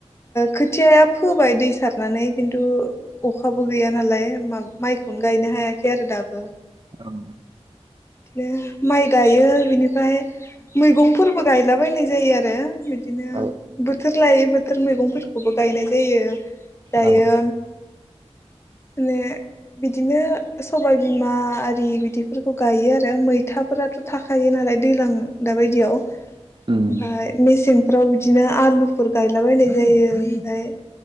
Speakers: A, on the left (about 25°); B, on the right (about 45°).
A: खोथियाया फोबाय दै सारनानै खिन्थु अखाबो गैया नालाय माइखौनो गायनो हायाखै आरो दाबो
B: औ औ
A: <unintelligible> माइ गायो बिनिफ्राय मैगंफोरबो गायलाबायनाय जायो आरो। बिदिनो
B: औ
A: बोथोर लायै बोथोर मैगं बो गायनाय जायो। दायो
B: औ औ
A: माने बिदिनो सबायबिमा आरि बिदिफोरखौ गायो आरो मैथाफोराथ' थाखायो नालाय दैलां दाबायदियाव। ओमफ्राय
B: उम
A: मेसें फ्राव बिदिनो आलुफोर गायलाबायनाय जायो ओमफाय